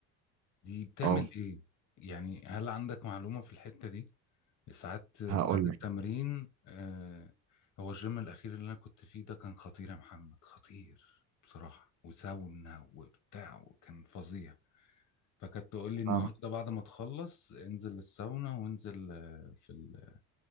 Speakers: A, on the left; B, on the right.
A: دي بتعمل
B: اه
A: ايه؟ يعني هل عندك معلومة في الحتة دي؟ ساعات بعد
B: هقول
A: التمرين
B: لك
A: آه هو الجيم الأخير اللي أنا كنت فيه ده كان خطير يا محمد خطير بصراحة وساونا وبتاع وكان فظيع فكانت تقول لي النهاردة
B: فاهمك.
A: بعد ما تخلص انزل الساونا وانزل آه، في ال-